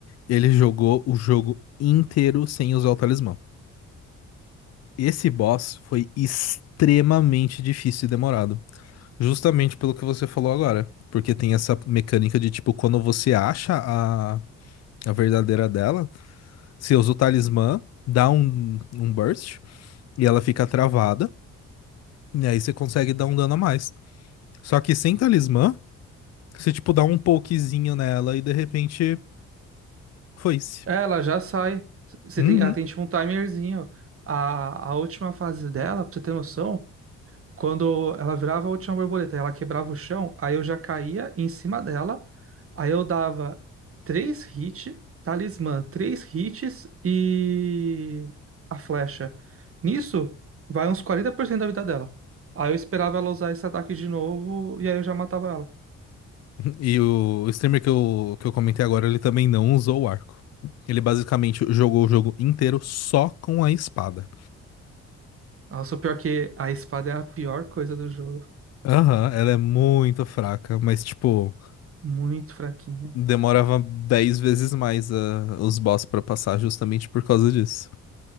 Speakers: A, on the left (about 55°); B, on the right (about 45°).
A: ele jogou o jogo inteiro sem usar o talismã. Esse boss foi extremamente difícil e demorado. Justamente pelo que você falou agora. Porque tem essa mecânica de, tipo, quando você acha a, a verdadeira dela, você usa o talismã, dá um, um burst e ela fica travada. E aí você consegue dar um dano a mais. Só que sem talismã, você, tipo, dá um pokezinho nela e de repente foi-se.
B: É, Ela já sai. Você
A: Uhum.
B: tem, ela tem tipo um timerzinho. A, a última fase dela, pra você ter noção. Quando ela virava a última borboleta e ela quebrava o chão, aí eu já caía em cima dela. Aí eu dava três hits, talismã, três hits e a flecha. Nisso, vai uns 40% da vida dela. Aí eu esperava ela usar esse ataque de novo e aí eu já matava ela.
A: E o streamer que eu, que eu comentei agora, ele também não usou o arco. Ele basicamente jogou o jogo inteiro só com a espada.
B: Nossa, o pior é que a espada é a pior coisa do jogo.
A: Aham, ela é muito fraca, mas, tipo,
B: Muito fraquinha.
A: demorava 10 vezes mais ah, os boss pra passar justamente por causa disso.